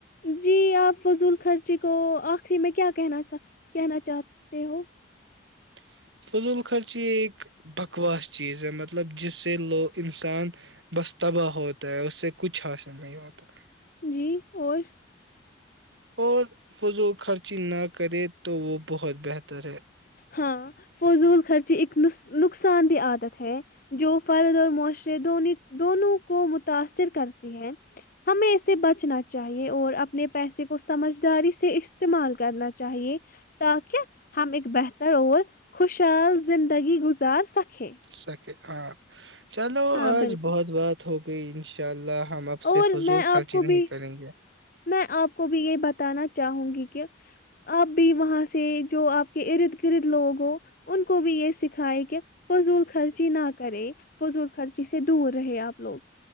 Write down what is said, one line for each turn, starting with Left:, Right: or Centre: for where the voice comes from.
Left: جی آپ <unintelligible> فضول <unintelligible> خرچی کو ا <unintelligible> پ میں کیا کہنا س کہنا چاہتے ہوں <unintelligible>
Right: <unintelligible>
Left: جی اور <unintelligible>
Right: اور فضول خرچی نہ کرے تو وہ بہت بہتر ہے
Left: ہاں <unintelligible> فضول خرچی اک ن نقصان دہ عادت ہے جو <unintelligible> فرد اور معاشرے د دونوں کو متاثر کرتی ہیں ہمیں اسے بچنا چاہیے اور اپنے پیسے کو سمجداری سے استعمال کرنا چاہیے تاکہ <unintelligible> ہم اک بہتر اور خوشحال زندگی گزار سکیں <unintelligible>
Right: س کہے ہ <unintelligible> چلو
Left: ہاں
Right: آج
Left: بالکل
Right: بہت بات ہوگی <unintelligible> پ انشاء اللہ <unintelligible>
Left: اور
Right: فضول
Left: میں آپ
Right: خرچی
Left: کو
Right: نہیں
Left: بھی
Right: کریں گے
Left: میں آپ کو بھی یہ بتا بتانا چاہوں گی کہ آپ بھی وہاں سے جو آپ کے ارد گرد لوگ ہو ان کو بھی یہ سکھائے کہ فضول خرچی نہ <unintelligible> کرے فضول خرچی سے <unintelligible> سے دور رہے آپ لوگ <unintelligible>